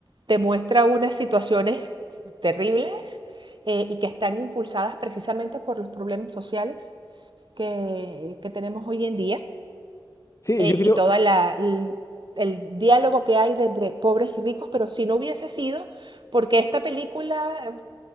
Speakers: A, on the right; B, on the left.
A: te muestra unas situaciones terribles eh, y que están impulsadas precisamente por los problemas sociales que, que tenemos hoy en día
B: sí,
A: eh,
B: yo creo,
A: y todo el, el diálogo que hay entre pobres y ricos, pero si no hubiese sido porque esta película